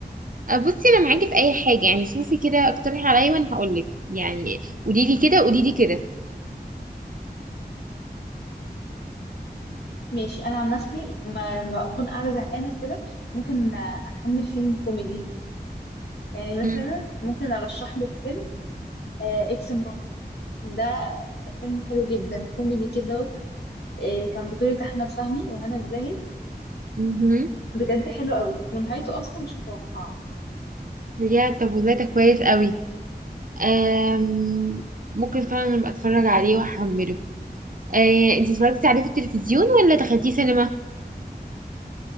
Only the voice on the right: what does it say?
آه بصي انا معاكي في اي حاجه يعني شوفي كده اقترحي عليا وانا هقولك يعني قوليلي كده قوليلي كده
امم
مهم.
بجد طب والله ده كويس قوي آم ممكن فعلا ابقى اتفرج عليه واحمله آه انتي اتفرجتي عليه في التلفزيون ولا دخلتيه سينما